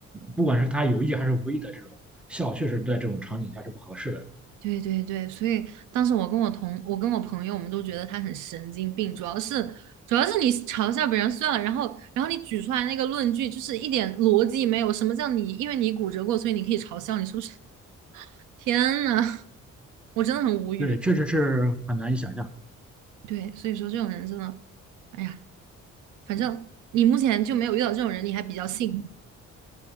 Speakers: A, in the centre; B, on the right (about 80°).
A: 不管是他有意还是无意的这种笑，确实在这种场景下是不合适的。
B: 对对对，所以当时我跟我同我跟我朋友，我们都觉得他很神经病，主要是主要是你嘲笑别人算了，然后然后你举出来那个论据就是一点逻辑没有，什么叫你因为你骨折过，所以你可以嘲笑，你是不是？天呐，<laughs> 我真的很无语。
A: 对，确实是很难以想象。
B: 对，所以说这种人真的，哎呀，反正你目前就没有遇到这种人，你还比较幸运。